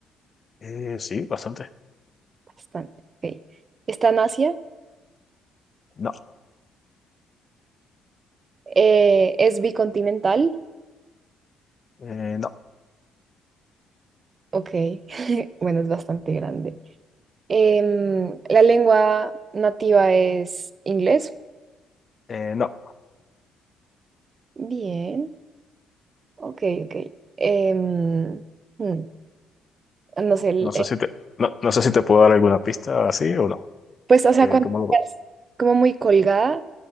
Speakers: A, on the left; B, on the right.
A: Eh, sí, bastante.
B: Bastante. ok. Está en Asia.
A: No,
B: eh, es bicontinental.
A: eh, no,
B: Ok, <laughs> bueno, es bastante grande. Em, la lengua nativa es inglés.
A: eh, no.
B: Bien. Ok, ok. Em, mm, no sé, el-
A: No sé
B: eh,
A: si te, no, no sé si te puedo dar alguna pista así o no.
B: pues, o sea,
A: Que,
B: cuando
A: ¿cómo lo...
B: estás como muy colgada